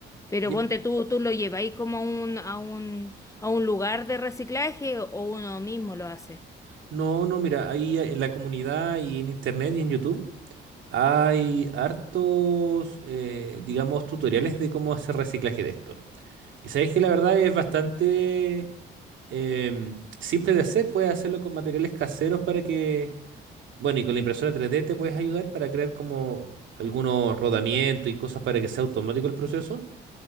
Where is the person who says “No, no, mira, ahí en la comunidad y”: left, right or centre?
Right